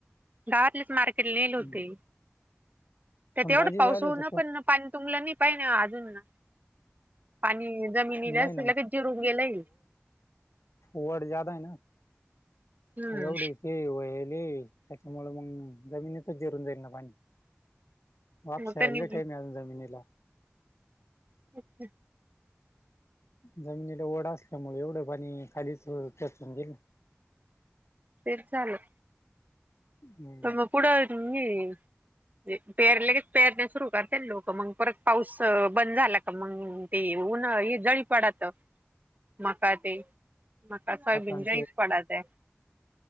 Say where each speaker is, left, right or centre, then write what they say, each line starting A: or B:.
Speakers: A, on the right; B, on the left.
A: गावातलेच मार्केट येल
B: हम्म.
A: होते. त्यात
B: पण
A: तेवढं
B: दाजी
A: पाऊस
B: जायला
A: होऊन
B: होते
A: पण पाणी तुमल नाही पाहिना अजून? पाणी जमिनीतच
B: नाही
A: जिरून गेलाय.
B: ववड जादाय ना
A: हम्म
B: एवढ के हो. ले त्याच्यामुळे मग जमिनीतच जेरून जाईल ना पाणी. वापस
A: मग त्यांनी
B: हलेट आहे, म अजून जमिनीला.
A: अच्छा.
B: जमिनीला ओढा असल्यामुळे एवढं पाणी खालीच खेचून घेईन.
A: ते झालं.
B: हम्म
A: तम कडाी <unintelligible> पेरले केच पेरणे सुरू करते लोक मग परत पाऊस बंद अ झाला का मग ते. उन्हाळा इदळी पडत.
B: ह <inaudible>
A: मका ते म सोयबीन
B: आणि
A: जायच पडा ते.